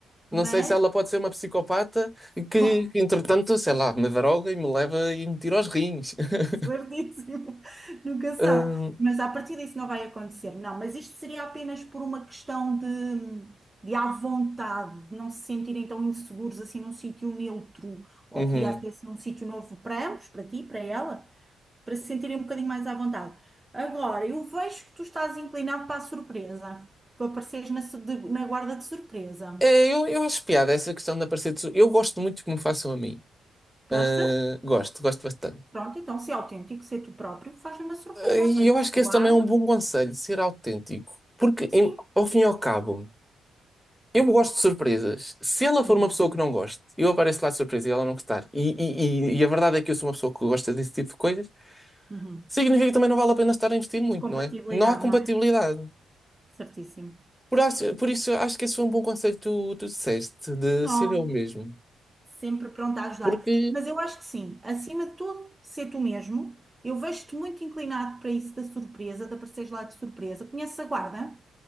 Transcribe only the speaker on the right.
Mas,
<laughs>
Certíssimo, <laughs> nunca sabe.
Mas a partir disso não vai acontecer. Não, mas isto seria apenas por uma questão de, de à vontade, de não se sentirem tão inseguros assim num sítio neutro, ou
podia até ser assim um sítio novo para ambos, para ti, para ela, para se sentirem um bocadinho mais à vontade. Agora, eu vejo que tu estás inclinado para a surpresa, para apareceres na, su- de- na guarda de surpresa.
Gostas?
Pronto, então, se é autêntico, ser tu próprio, faz-lhe uma surpresa,
aparece
na
guarda.
Sim.
Uhum.
Uhum.
Compatibilidade,
não é? Certíssimo.
Oh,
sempre pronta a ajudar.
Mas eu acho que sim, acima de tudo, ser tu mesmo. Eu vejo-te muito inclinado para isso da surpresa, de apareceres lá de surpresa. Conheces a guarda?